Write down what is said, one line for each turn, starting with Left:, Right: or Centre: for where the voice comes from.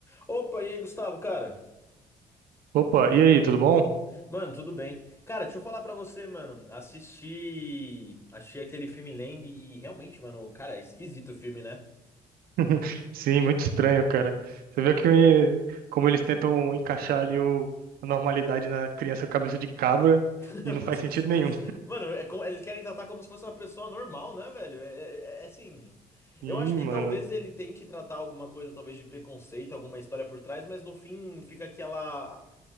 Left: Opa, e aí, Gustavo, cara?
Right: Opa, e aí, tudo bom?
Left: Mano, tudo bem? Cara, deixa eu falar pra você, mano. Assisti, achei aquele filme Lamb e realmente, mano, cara, é esquisito o filme, né?
Right: <laughs> Sim, muito estranho, cara. Você vê que eh, como eles tentam encaixar ali o, a normalidade na criança cabeça de cabra
Left: <laughs>
Right: e
Left: É muito
Right: não faz
Left: esquisito.
Right: sentido nenhum.
Left: Mano, é como- eles querem tratar como se fosse uma pessoa normal, né, velho? É, é- é é assim.
Right: <laughs> Sim,
Left: Eu acho que talvez
Right: mano.
Left: ele tente tratar alguma coisa, talvez de preconceito, alguma história por trás, mas no fim fica aquela.